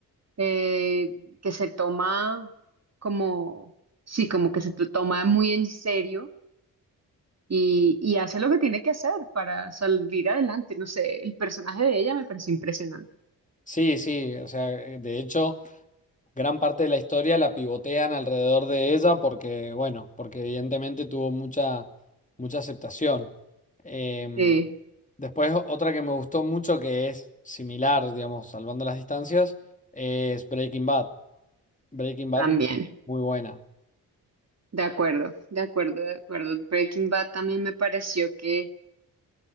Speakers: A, on the right; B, on the left.
A: eh, que se toma como, sí, como que se to- toma muy en serio y, y hace lo que tiene que hacer para salir adelante. No sé, el personaje de ella me pareció impresionante.
B: Sí, sí, o sea, eh, de hecho, gran parte de la historia la pivotean alrededor de ella porque, bueno, porque evidentemente tuvo mucha, mucha aceptación. Em,
A: Sí,
B: después, o- otra que me gustó mucho que es similar, digamos, salvando las distancias, es Breaking Bad. Breaking Bad,
A: también.
B: muy buena.
A: De acuerdo, de acuerdo, de acuerdo. Breaking Bad también me pareció que